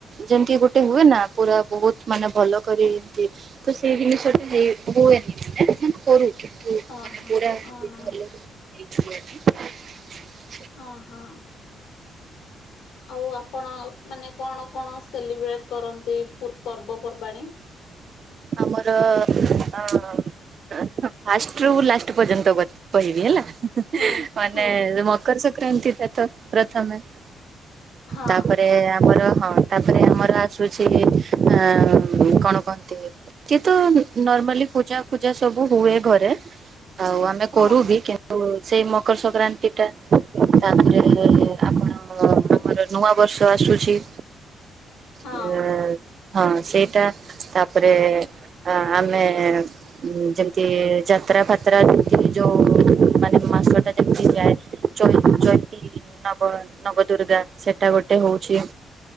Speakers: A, on the right; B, on the left.
A: ଯେମିତି ଗୋଟେ ହୁଏ ନା ପୁରା ବହୁତ ମାନେ ଭଲ କରିକି ତ ସେଇ ଦିନିଷ ଟା ହେ ହୁଏନି ମାନେ ଆମେ କରୁ କିନ୍ତୁ
B: ଓହୋ
A: ମାନେ ପୁରା
B: ଓହୋ
A: <unintelligible>
B: ହଁ ହଁ। ଆଉ ଆପଣ ମାନେ କଣ କଣ ସେଲିବ୍ରେଟ୍ କରନ୍ତି ପୁ ପର୍ବପର୍ବାଣୀ?
A: ଆମର ଅଁ ଫାଷ୍ଟ ରୁ ଲାଷ୍ଟ ପର୍ଯ୍ୟନ୍ତ କ କହିବି ହେଲା।
B: ହୁଁ
A: ମାନେ
B: ହୁଁ
A: ଯୋଉ ମକର ସଂକ୍ରାନ୍ତି ଟା ତ ପ୍ରଥମେ।
B: ହଁ
A: ତାପରେ ଆମର ହଁ। ତାପରେ ଆମର ଆସୁଛି ଅଁ କଣ କହନ୍ତି? କିନ୍ତୁ ନର୍ମାଲି ପୂଜା ଫୂଜା ସବୁ ହୁଏ ଘରେ ଆଉ ଆମେ
B: ହଁ
A: କରୁ ବି କି ଓ ସେଇ ମକର ସଂକ୍ରାନ୍ତି ଟା ତାପରେ-ଅ ଆପଣ ଆମର ନୂଆ ବର୍ଷ ଆସୁଛି।
B: ହଁ
A: ଉ ହଁ ସେଇଟା ତାପରେ ଏ ଆମେ ଯେମିତି ଯାତ୍ରା ଫାତ୍ରା ଏଇ ଯୋଉ ମାନେ ମାସଟା ଯେମିତି ଯାଏ। ଚଚଇତି ନବ ନବ ଦୁର୍ଗା ସେଟା ଗୋଟେ ହଉଚି।